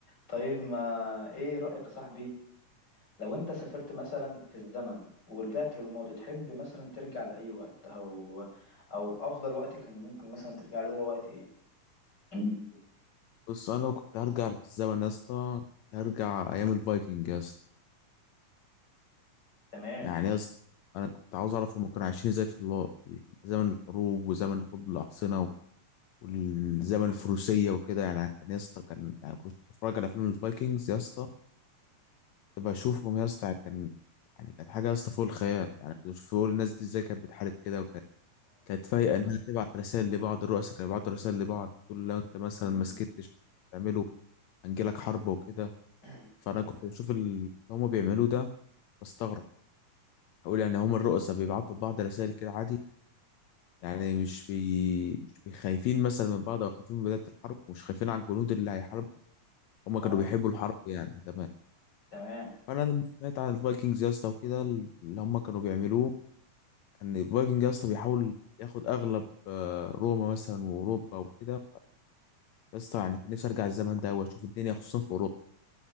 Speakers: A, on the left; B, on the left.
A: طيب ما إيه رأيك يا صاحبي لو أنت سافرت مثلا في الزمن ورجعت للماضي تحب مثلا ترجع لأي وقت أو أو أفضل وقت كان ممكن مثلا ترجع له هو وقت إيه؟ <coughs>
B: بص انا لو كنت هرجع في الزمن يا اسطى كنت هرجع ايام الفايكنج يا اسطى
A: تمام
B: يعني يا اسطى انا كنت عاوز اعرف هم كانوا عايشين ازاي في الله زمن الحروب وزمن حروب الاحصنه والزمن الفروسيه وكده يعني كان يا اسطى كان يعني كنت بتفرج على فيلم الفايكنجز يا اسطى كنت بشوفهم يا اسطى يعني كان يعني كانت حاجه يا اسطى فوق الخيال يعني كنت بشوف بقول الناس دي ازاي كانت بتحارب كده وكانت كانت فايقه انها تبعت رسائل لبعض الرؤساء كانوا بيبعتوا رسائل لبعض تقول لو انت مثلا
A: مم.
B: ما سكتش تعمله هنجيلك حرب وكده
A: <clears throat>
B: فانا كنت
A: تمام.
B: بشوف اللي هم بيعملوه ده بستغرب اقول يعني هم الرؤساء بيبعتوا لبعض رسائل كده عادي يعني مش بي... مش بي- خايفين مثلا من بعض او خايفين من بداية الحرب ومش خايفين على الجنود اللي هيحاربوا هم
A: اه
B: كانوا بيحبوا الحرب يعني زمان
A: تمام
B: فانا لما سمعت عن الفايكنجز يا اسطى وكده اللي هم كانوا بيعملوه كان الفايكنج يا اسطى بيحاول ياخد اغلب آه، روما مثلا واوروبا وكده يا اسطى يعني كان نفسي ارجع الزمن ده واشوف الدنيا خصوصا في اوروبا